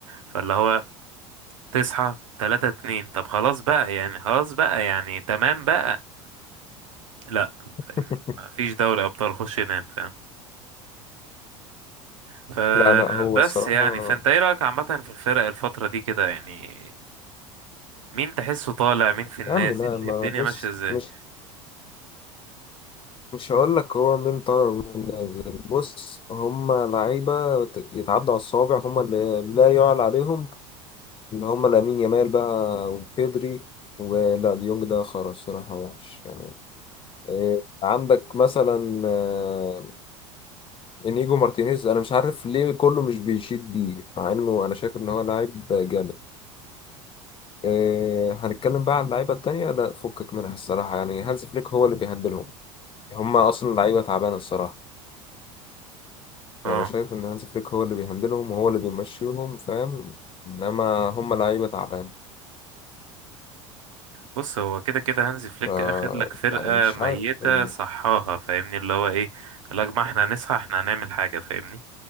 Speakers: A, on the right; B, on the left.
A: فاللي هو تصحى تلاتة اتنين طب خلاص بقى يعني خلاص بقى يعني تمام بقى لا
B: <laughs>
A: فاهمني مفيش دوري ابطال خش نام فاهم فبس
B: لا لا هو الصراحة
A: يعني فانت ايه رايك عامه في الفرق الفتره دي كده يعني مين تحسه طالع مين في النازل
B: يا عم لا ما
A: إيه الدنيا
B: بص
A: ماشيه ازاي
B: مش مش هقول لك هو مين طالع ومين نازل بص هما لعيبة ت- يتعدوا على الصوابع هما اللي لا يعلى عليهم اللي هما لامين يامال بقى وبيدري ولا ديونج ده خلاص الصراحة وحش يعني إيه، عندك مثلا آه، انيجو مارتينيز انا مش عارف ليه كله مش بيشيد بيه مع انه انا شايف ان هو لاعب جامد إيه، هنتكلم بقى عن اللعيبة التانية لا فكك منها الصراحة يعني هانز فليك هو اللي بيهندلهم هما اصلا لعيبة تعبانة الصراحة
A: اه
B: يعني أنا شايف إن هانز فليك هو اللي بيهندلهم وهو اللي بيمشيهم فاهم إنما هم لعيبة تعبان
A: بص هو كده كده هانزي فليك
B: ف
A: اخد لك فرقه
B: يعني مش
A: ميته
B: عارف إن...
A: صحاها فاهمني اللي هو ايه قال لك ما احنا هنصحى احنا هنعمل حاجه فاهمني